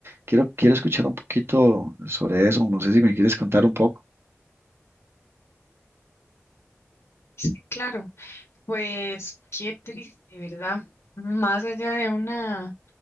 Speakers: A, on the right; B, on the left.
A: Quiero, quiero escuchar un poquito sobre eso. No sé si me quieres contar un poco.
B: Sí, claro, pues qué triste, ¿verdad? Más allá de una